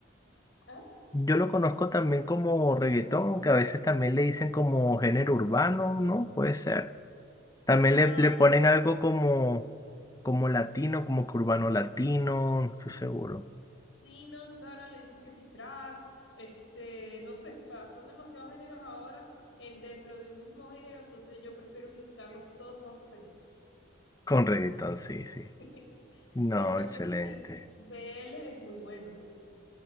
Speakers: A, on the left; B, on the left.
A: ¿ah?
B: Yo lo conozco también como reggaetón, que a veces también le dicen como género urbano, ¿no? Puede ser. También
A: Ajá,
B: le, le ponen algo como, como latino, como que urbano latino, no estoy seguro.
A: Sí, no, entonces ahora le dicen que si track, este, no sé, o sea, son demasiados géneros ahora en dentro de un mismo género, entonces yo prefiero unificarlos todos con reggaetón.
B: Con reggaetón, sí, sí.
A: <laughs>
B: No,
A: Porque
B: excelente.
A: vamos a poner BL es muy bueno.